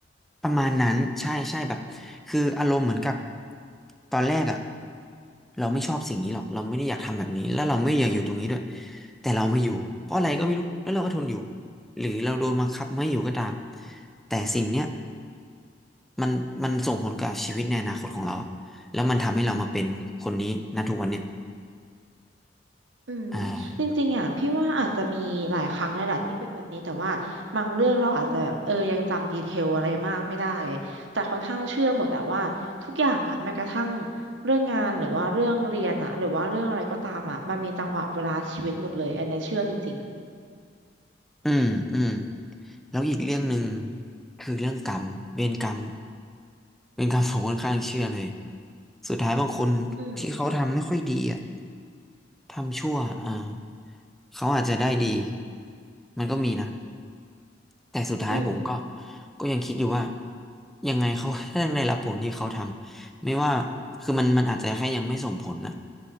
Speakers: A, in the centre; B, on the right.
A: ประมาณนั้นใช่ใช่แบบคืออารมณ์เหมือนกับตอนแรกอ่ะเราไม่ชอบสิ่งนี้หรอกเราไม่ได้อยากทำแบบนี้แล้วเราไม่อยากอยู่ตรงนี้ด้วยแต่เรามาอยู่เพราะอะไรก็ไม่รู้แล้วเราก็ทนอยู่หรือเราโดนบังคับไม่อยู่ก็ตามแต่สิ่งเนี้ยมันมันส่งผลกับชีวิตในอนาคตของเราแล้วมันทำให้เรามาเป็นคนนี้ณทุกวันเนี้ย
B: อืมจริงๆอ่ะพี่ว่าอาจจะมีหลายครั้งเลยแหละที่เป็นแบบนี้แต่ว่าบางเรื่องเราอาจจะแบบเออยังจำดีเทลอะไรมากไม่ได้
A: อ่า
B: แต่ค่อนข้างเชื่อหมดแต่ว่าทุกอย่างอ่ะแม้กระทั่งเรื่องงานหรือว่าเรื่องเรียนอ่ะหรือว่าเรื่องอะไรก็ตามอ่ะมันมีจังหวะเวลาชีวิตหมดเลยอันเนี้ยเชื่อจริง
A: อืมอืม แล้วอีกเรื่องหนึ่งคือเรื่องกรรมเวรกรรมเวรกรรม <laughs> ผมค่อนข้างเชื่อเลยสุดท้ายบางคนที่เขาทำไม่ค่อยดีอ่ะ
B: ๆอืม
A: ทำชั่วอ่าเขาอาจจะได้ดีมันก็มีนะแต่สุดท้ายผมก็
B: อืม
A: ก็ยังคิดอยู่ว่ายังไงเขา <laughs> ก็ต้องได้รับผลที่เขาทำไม่ว่าคือมันมันอาจจะแค่ยังไม่ส่งผลน่ะ